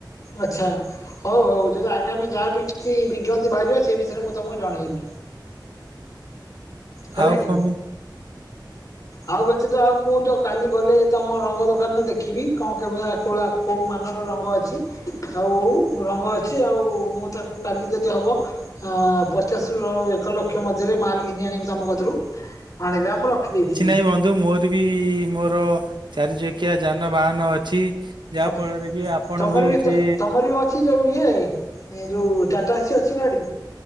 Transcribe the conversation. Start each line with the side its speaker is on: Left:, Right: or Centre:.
Left: ଆଚ୍ଛା। ହଉ ହଉ ଯଦି ଆଗାମୀ ଯାହା ବିି କିଛି ବିଜ୍ଞପ୍ତି ବାହାରିବା ସେ ବିଷୟରେ ମୁଁ ତମକୁ ଜଣେଇବି। ହେଲା
Right: ଆଉ
Left: କି
Right: କମିତି
Left: ଆଉ ବ୍ୟତୀତ ତ ଆଉ ମୁଁ ତ କାଲି ଗଲେ ତମ ରଙ୍ଗ ଦୋକାନରେ ଦେଖିବି କଣ କେମିତି ଆ କଉଳା କେଉଁ ମାନର ରଙ୍ଗ ଅଛି। ଆଉ ରଙ୍ଗ ଅଛି ଆଉ ମୁଁ ତାକୁ କାଲି ଯଦି ହବ ପଚ ପଚାଶରୁ ଏକ ଲକ୍ଷ ମଧ୍ୟରେ ମାଲ୍ ଘିନି ଆଣିବି ତୁମ କତରୁ ଆଣିଦେ ମୁଁ ରଖିଦେଇଥିବି।
Right: ନାଇଁ ବନ୍ଧୁ ମୋର ବି ମୋର ଚାରି ଚକିଆ ଯାନବାହାନ ଅଛି। ଯାହା
Left: ଆପ
Right: ଫଳରେ କି ଆପଣ
Left: ତମର
Right: ବି ସେ
Left: ତମର ବି ଅଛି ଯୋଉ ଇଏ ଏ ଯୋଉ ଟାଟାସି ଅଛି ଗାଡି।